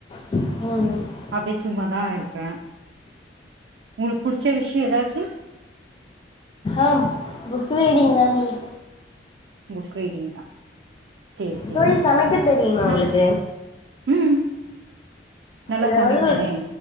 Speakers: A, on the left (about 25°); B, on the right (about 75°).
A: ம்
B: அப்டே சும்மாதா இருக்க உங்ளுக்கு புடிச்ச விஷயோ எதாச்சு
A: ஆம் புக் ரீடிங் தா தோழி
B: புக் ரீடிங் தா சேரி சேரி
A: தோழி சமைக்க தெரியுமா உங்களுக்கு
B: நா ம் நல்லா
A: எதாவது
B: சமைப்பேனே